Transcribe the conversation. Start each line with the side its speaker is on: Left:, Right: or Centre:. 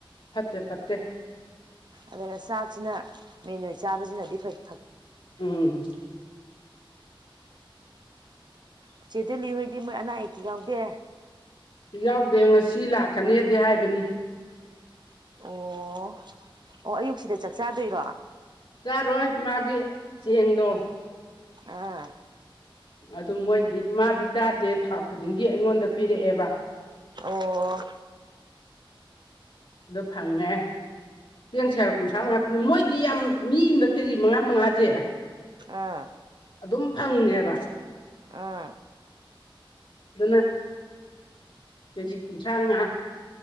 Left: ꯐꯠꯇꯦ ꯐꯠꯇꯦ
Right: ꯑꯗꯨꯅ ꯆꯥꯛꯁꯤꯅ ꯃꯦꯟ ꯑꯣꯏꯅ ꯆꯥꯕꯁꯤꯅꯗꯤ ꯐꯩ
Left: ꯎꯝ
Right: ꯎꯆ ꯎꯆꯦꯗꯜꯂꯤ ꯍꯣꯏꯗꯤ ꯃꯣꯏ ꯑꯅꯥ ꯑꯌꯦꯛꯛꯇ ꯌꯥꯎꯗꯦ
Left: ꯌꯥꯎꯗꯦ ꯉꯁꯤ ꯂꯥꯛꯀꯅꯦꯗꯤ ꯍꯥꯏꯕꯅꯤ
Right: ꯑꯣ ꯑꯣ ꯑꯌꯨꯛꯁꯤꯗ ꯆꯥꯛ ꯆꯥꯗꯣꯏꯔꯣ
Left: ꯆꯥꯔꯣꯏ ꯃꯥꯒꯤ ꯆꯦꯡꯗꯣ
Right: ꯑꯥ
Left: ꯑꯗꯨ ꯃꯣꯏꯗꯤ ꯃꯥꯗꯤ ꯆꯥꯗꯦ ꯊꯥ ꯈꯨꯗꯤꯡꯒꯤ ꯑꯩꯉꯣꯟꯗ ꯄꯤꯔꯛꯑꯦꯕ
Right: ꯑꯣ
Left: ꯑꯗꯣ ꯐꯪꯉꯦ ꯆꯦꯡ ꯁꯥꯔ ꯀꯨꯟꯊ꯭ꯔꯥ ꯉꯥꯛꯇꯅꯤ ꯃꯣꯏꯗꯤ ꯌꯥꯝ ꯃꯤ ꯑꯃꯗ ꯀꯦꯖꯤ ꯃꯉꯥ ꯃꯉꯥꯁꯦ
Right: ꯑꯥ
Left: ꯑꯗꯨꯝ ꯐꯪꯉꯦꯕ
Right: ꯑꯥ
Left: <unintelligible> ꯀꯦꯖꯤ ꯀꯨꯟꯊ꯭ꯔꯥ ꯃꯉꯥ